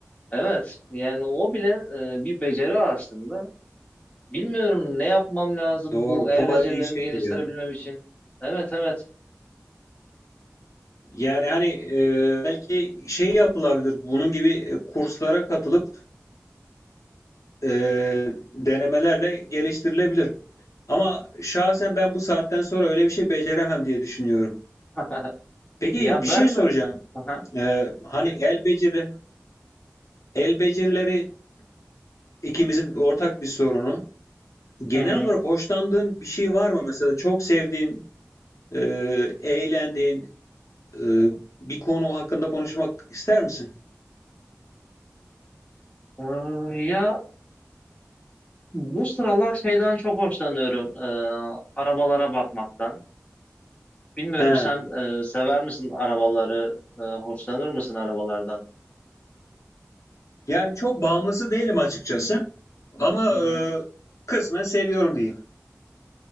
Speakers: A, on the left; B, on the left.
A: Evet, yani o bile e, bir beceri aslında. Bilmiyorum ne yapmam lazım
B: Doğru.
A: bu el
B: Kolay
A: becerilerimi
B: bir iş değildir
A: geliştirebilmem
B: ya.
A: için. Evet, evet.
B: Yani hani e, belki şey yapılabilir. Bunun gibi e, kurslara katılıp e, denemelerle geliştirilebilir. Ama şahsen ben bu saatten sonra öyle bir şey beceremem diye düşünüyorum.
A: <laughs>
B: Peki
A: Ya
B: bir
A: ben
B: şey soracağım.
A: Aha.
B: E, hani el beceri, el becerileri ikimizin ortak bir sorunu. Genel
A: Hı hı.
B: olarak hoşlandığın bir şey var mı? Mesela çok sevdiğin, eee, eğlendiğin eee, bir konu hakkında konuşmak ister misin?
A: Ee, ya bu sıralar şeyden çok hoşlanıyorum. e, arabalara bakmaktan. Bilmiyorum
B: He.
A: sen e, sever misin arabaları? E, hoşlanır mısın arabalardan?
B: Yani çok bağımlısı değilim açıkçası. Ama
A: Hı hı.
B: eee, kısmen seviyorum diyeyim.